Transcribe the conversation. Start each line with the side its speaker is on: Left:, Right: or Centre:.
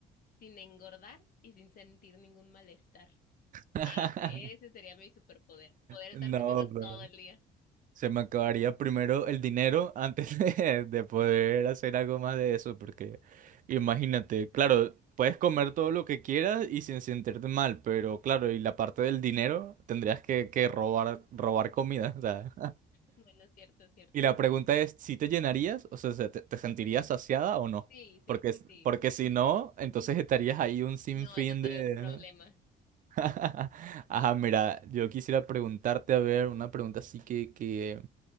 Left: sin engordar y sin sentir ningún malestar.
Right: <laughs>
Left: Ese, ese sería mi superpoder, poder
Right: No,
Left: estar comiendo
Right: bro.
Left: todo el día.
Right: Se me acabaría primero el dinero antes de, de poder hacer algo más de eso, porque imagínate, claro, puedes comer todo lo que quieras y sin sentirte mal, pero claro, y la parte del dinero tendrías que, que robar, robar comida, o sea.
Left: Bueno, cierto, cierto.
Right: Y la pregunta es, ¿si te llenarías? O sea, ¿se- ¿te, te sentirías saciada o no?
Left: Sí, sí,
Right: Porque,
Left: sí,
Right: s-
Left: sí.
Right: porque si no, entonces estarías ahí un sinfín
Left: No, eso sería
Right: de...
Left: un problema.
Right: <laughs> Ajá, mira, yo quisiera preguntarte, a ver, una pregunta así que, que,